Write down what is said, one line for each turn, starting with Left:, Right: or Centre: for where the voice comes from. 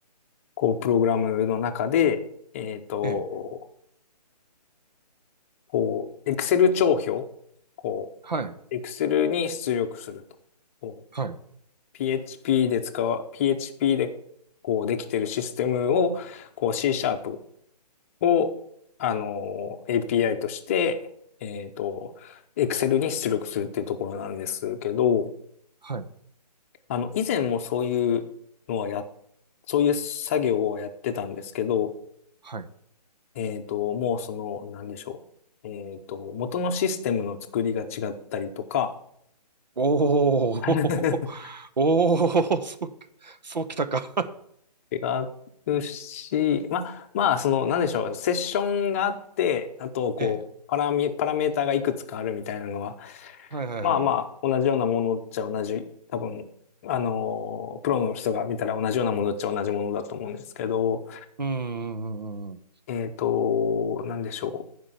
Left: こう、プログラムの中で、えっと、
Right: ええ。
Left: こう、Excel 帳票、こ
Right: はい。
Left: う、Excel に出力すると。こう、
Right: はい。
Left: PHP で使う、PHP で、こう、できてるシステムを、こう、C シャープを、あの、API として、えっと、Excel に出力するっていうところなんですけど、
Right: はい。
Left: あの、以前もそういうのはや、そういう作業をやってたんですけど、
Right: はい。
Left: えっと、もうその、なんでしょう。えっと、元のシステムの作りが違ったりとか、
Right: おー。
Left: <laughs>
Right: <laughs> おー。そう、そうきたか。
Left: 違うし、まあ、まあ、その、なんでしょう、セッションがあって、あと、こう、
Right: <laughs> ええ。
Left: パラミ、パラメーターがいくつかあるみたいなのは、
Right: はいはいはい。
Left: まあまあ、
Right: う
Left: 同じようなものっちゃ同じ、多分、あのー、プロの人が見たら同じようなものっちゃ同じものだと思うんですけど、
Right: ーん。うんうんうん
Left: えっと、なんでしょう、